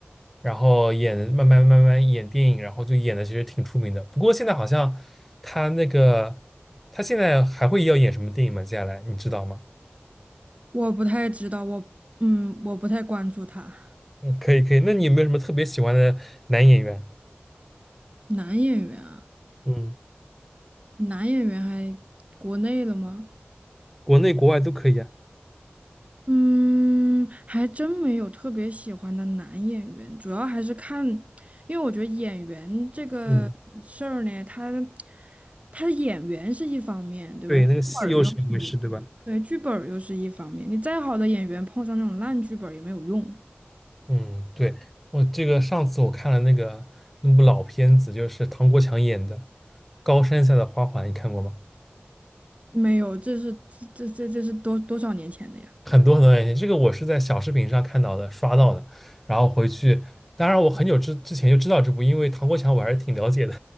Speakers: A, in the centre; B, on the right (about 35°).
A: 然后演慢慢慢慢演电影，然后就演的其实挺出名的。不过现在好像他那个他现在还会要演什么电影吗？接下来你知道吗？
B: 我不太知道，我嗯，我不太关注他。
A: 嗯，可以可以。那你有没有什么特别喜欢的男演员？
B: 男演员啊，
A: 嗯，
B: 男演员还国内的吗？
A: 国内国外都可以啊。
B: 嗯，还真没有特别喜欢的男演员，主要还是看，因为我觉得演员这个事儿呢，
A: 嗯，
B: 他他演员是一方面，对吧？
A: 对，
B: 剧本儿又
A: 那个戏又是一回事，对吧？
B: 对，剧本儿又是一方面，你再好的演员碰上那种烂剧本儿也没有用。
A: 嗯，对，我这个上次我看了那个那部老片子，就是唐国强演的《高山下的花环》，你看过吗？
B: 没有，这是这这这这是多多少年前的呀？
A: 很多很多年前，这个我是在小视频上看到的，刷到的，然后回去，当然我很久之之前就知道这部，因为唐国强我还是挺了解的，